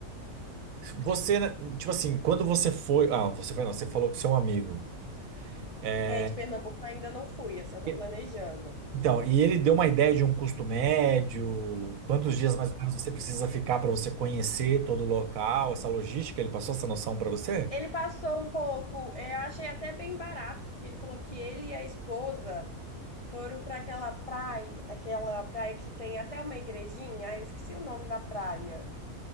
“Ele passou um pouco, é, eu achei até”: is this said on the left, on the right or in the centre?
Left